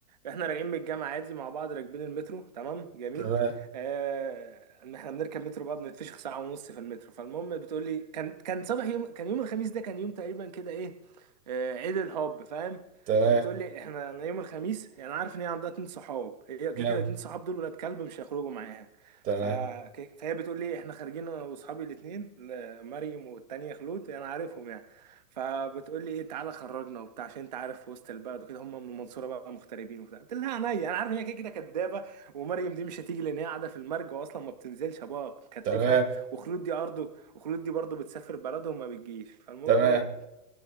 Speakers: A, on the right; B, on the right.
A: احنا راجعين من الجامعه عادي مع بعض راكبين المترو تمام جميل
B: تمام
A: اه احنا بنركب مترو بقى بنتفشخ ساعه ونص في المترو فالمهم بتقول لي كان كان صباح يوم كان يوم الخميس ده كان يوم تقريبا كده ايه اه عيد الحب فاهم
B: تمام
A: فبتقول لي احنا أنا يوم الخميس يعني عارف ان هي عندها اتنين صحاب هي
B: جامد
A: كده كده اتنين صحاب دول ولاد كلب مش هيخرجوا معاها
B: تمام
A: ف... فهي بتقول لي احنا خارجين انا واصحابي الاثنين مريم والتانية خلود انا عارفهم يعني فبتقول لي ايه تعالى خرجنا وبتاع عشان انت عارف في وسط البلد وكده هم من المنصوره بقى مغتربين وبتاع قلت لها عينيا انا عارف ان هي كده كده كدابه ومريم دي مش هتيجي لان هي قاعده في المرج واصلا ما بتنزلش ابوها كتفها
B: تمام
A: وخلود دي ارضه وخلود دي برضه بتسافر بلدهم ما بتجيش فالمهم
B: تمام
A: ايه